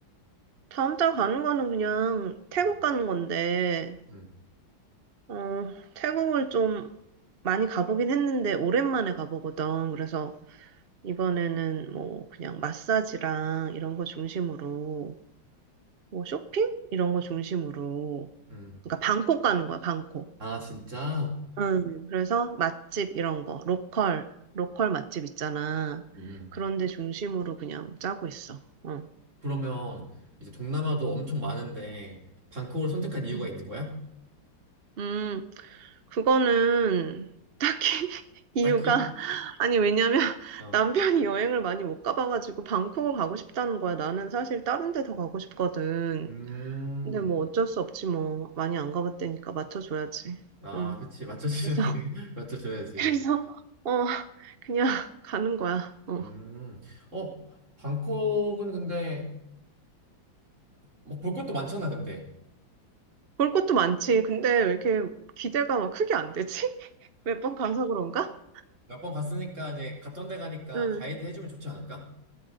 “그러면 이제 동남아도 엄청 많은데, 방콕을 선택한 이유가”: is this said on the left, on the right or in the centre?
Right